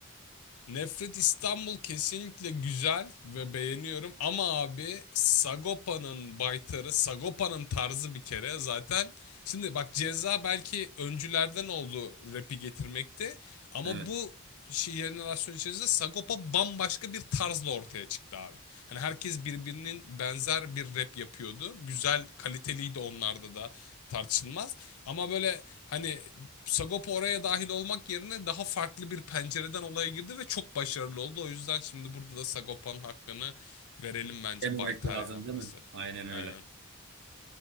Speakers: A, on the left; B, on the right.
A: Nefret İstanbul kesinlikle güzel ve beğeniyorum ama abi Sagopa'nın baytarı, Sagopa'nın tarzı bir kere zaten. Şimdi bak Ceza belki öncülerden oldu rap'i getirmekte ama
B: Evet.
A: bu şey jenerasyon içerisinde Sagopa bambaşka bir tarzla ortaya çıktı abi. Hani herkes birbirinin benzer bir rap yapıyordu. Güzel, kaliteliydi onlarda da tartışılmaz. Ama böyle hani Sagopa oraya dahil olmak yerine daha farklı bir pencereden olaya girdi ve çok başarılı oldu. O yüzden şimdi burada da Sagopa'nın hakkını verelim bence
B: Yememek
A: Baytar
B: lazım
A: ya
B: değil
A: burası.
B: mi? Aynen öyle.
A: Aynen.